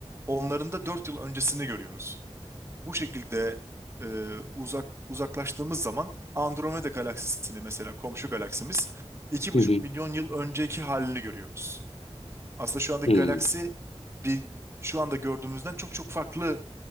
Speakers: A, on the right (about 25°); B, on the left (about 65°).
A: Onların da 4 yıl öncesini görüyoruz. Bu şekilde e, uzak uzaklaştığımız zaman Andromeda galaksisini mesela komşu galaksimiz iki buçuk
B: hı hı,
A: milyon yıl önceki halini görüyoruz. Aslında şu andaki
B: hı.
A: galaksi bir, şu anda gördüğümüzden çok çok farklı